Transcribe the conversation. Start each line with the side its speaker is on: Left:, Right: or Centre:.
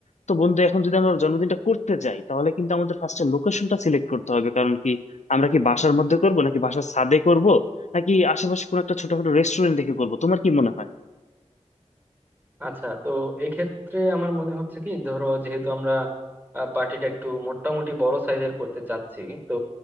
Left: তো বন্ধু এখন যদি আমরা ওর জন্মদিনটা করতে যাই তাহলে কিন্তু আমাদের ফার্স্টে লোকেশনটা সিলেক্ট করতে হবে কারণ কি আমরা কি বাসার মধ্যে করব নাকি বাসার ছাদে করব নাকি আশেপাশে কোনো একটা ছোটখাটো রেস্টুরেন্ট দেখে করব তোমার কি মনে হয়
Right: আচ্ছা তো এই ক্ষেত্রে আমার মনে হচ্ছে কি ধরো যেহেতু আমরা পার্টিটা একটু মোটামুটি বড় সাইজের করতে চাচ্ছি তো